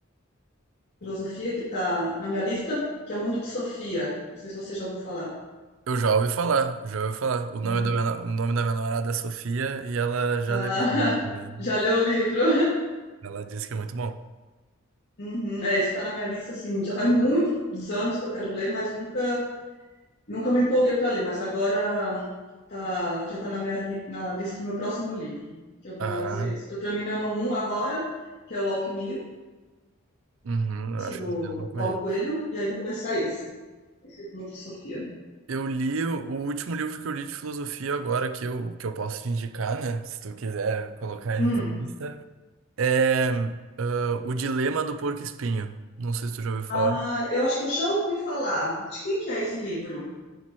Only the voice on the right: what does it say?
Eu já ouvi falar, já ouvi falar. O nome
da minha, no- o nome da minha namorada é Sofia e ela já
leu esse
livro também.
Ela disse que é muito bom.
Ah,
uhum, eu acho
que esse eu não conheço.
Eu li o, o último livro que eu li de filosofia agora, que eu, que eu posso te indicar, né? Se tu quiser colocar aí
na tua lista, é ah, O Dilema do Porco-Espinho. Não sei se tu já ouviu falar.